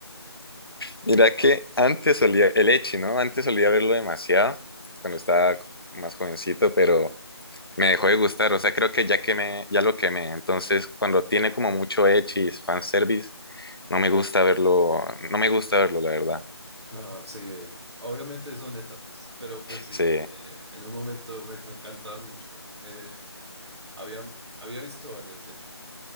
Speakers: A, on the left (about 55°); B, on the right (about 75°).
A: Mira que antes solía, el Echi, ¿no? Antes solía verlo demasiado cuando estaba más jovencito, pero me dejó de gustar. O sea, creo que ya quemé, ya lo quemé. Entonces, cuando tiene como mucho Echi, fanservice, no me gusta verlo, no me gusta verlo, la verdad.
B: No, sí, eh, obviamente son etapas, pero pues sí,
A: Sí.
B: eh, en un momento me, me encantaban mucho. Eh, había, había visto varias, de hecho.